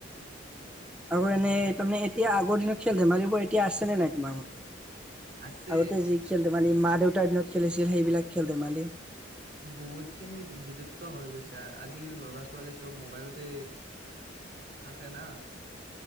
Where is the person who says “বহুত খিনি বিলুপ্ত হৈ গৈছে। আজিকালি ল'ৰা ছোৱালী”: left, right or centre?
Right